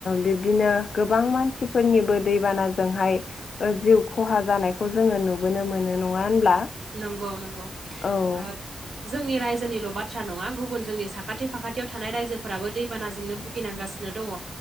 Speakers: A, on the left (about 60°); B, on the right (about 50°).
A: बिब्दिनो गोबां मानसिफोरनिबो दैबानाजोंहाय ओ जिउ खहा जानायखौ जोंङो नुबोनो मोनो नङा होनब्ला
B: नंगौ नंगौ
A: औ
B: ओ जोंनि रायजोनिल' बाथ्रा नङा गुबुन जोंनि साखाथि फाखाथियाव थानाय रायजोफोराबो दैबानाजोंनो भुगिनांगासिनो दङ।